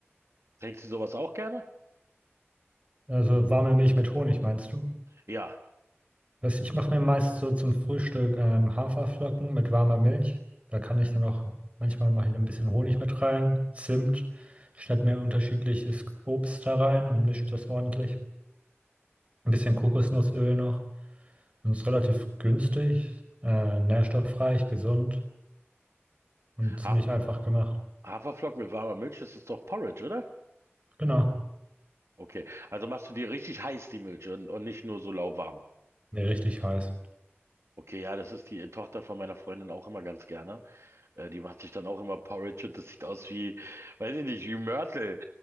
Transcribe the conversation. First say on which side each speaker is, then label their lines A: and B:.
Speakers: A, on the right; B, on the right.
A: Trinkst du sowas auch gerne?
B: Also warme Milch mit Honig, meinst du?
A: Ja,
B: Was, ich mache mir meist so zum Frühstück ähm, Haferflocken mit warmer Milch. Da kann ich dann auch, manchmal mache ich da ein bisschen Honig mit rein, Zimt, schneide mir unterschiedliches Obst da rein und mische das ordentlich. Ein bisschen Kokosnussöl noch. Und ist relativ günstig, äh, nährstoffreich, gesund und ziemlich
A: Haf
B: einfach gemacht.
A: Haferflocken mit warmer Milch, das ist doch Porridge, oder?
B: Genau.
A: Okay, also machst du dir richtig heiß die Milch und, und nicht nur so lauwarm.
B: Nee, richtig heiß.
A: Okay, ja, das ist die äh, Tochter von meiner Freundin auch immer ganz gerne. Äh, die macht sich dann auch immer Porridge und das sieht aus wie, weiß ich nicht, wie Mörtel.